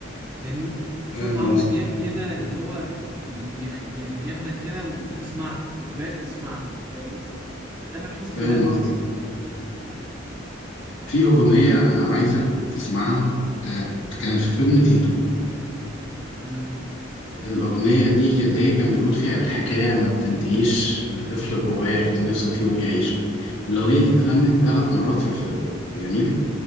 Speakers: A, on the right; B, on the left.
A: فاهمني صوت
B: فاهم
A: عمرو
B: قصدي
A: دياب كده اللي هو ي- يخ- يعني ياخدك كده وتسمع له إجباري تسمع له فاهمني تامر حسني
B: فاهم
A: لا
B: قصدي
A: لا
B: في أغنية أنا عايزك تسمعها آه، كان في فيلم تيتو
A: مم.
B: الأغنية دي ك- اللي هي كان بيقول فيها الحكاية ما بتنتهيش لطفل جوايا كان نفسه في يوم يعيش الأغنية دي اتغنت ثلاث مرات في الفيلم جميل